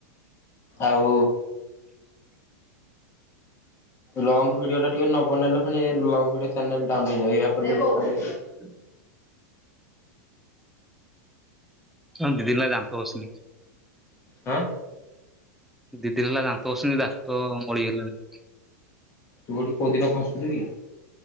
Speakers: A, on the left; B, in the centre.
A: ଆଉ ଲଙ୍ଗ ଭିଡିଓ ଟା ଟିକେ ନ ବନେଇଲେ ଫେଣି ବ୍ଲଗ୍ ଭିଡିଓ ଚାନେଲ୍ ଡାଉନ୍ ହେଇଯିବ, ୟା ପରେ ଯିବା କରିବା।
B: ହୁଁ। ହଁ ଦିଦିନ ହେଲା ଦାନ୍ତ ଘଷିନି।
A: ହଁ
B: ଦି ଦିନ ହେଲା ଦାନ୍ତ ଘସିନି ଦାନ୍ତ ମଳି ହେଲାଣି।
A: ତୁ କୋଉଠି କୋଉ ଦିନ ଘସୁଚୁ କି।